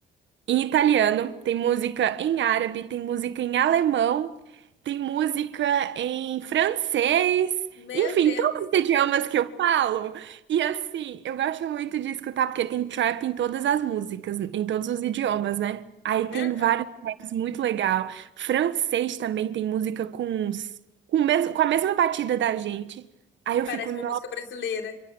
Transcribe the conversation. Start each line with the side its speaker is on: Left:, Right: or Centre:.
Right: em italiano, tem música em árabe, tem música em alemão, tem música em francês,
Left: Meu
Right: enfim,
Left: Deus.
Right: todos os idiomas que eu falo. E assim, eu gosto muito de escutar porque tem trap em todas as músicas, em todos os idiomas, né? Aí tem
Left: Aham.
Right: vários traps muito legal. Francês também tem música com uns, com, o mesmo, com a mesma batida da gente. Aí
Left: Que
Right: eu
Left: parece
Right: fico, nossa,
Left: uma música brasileira.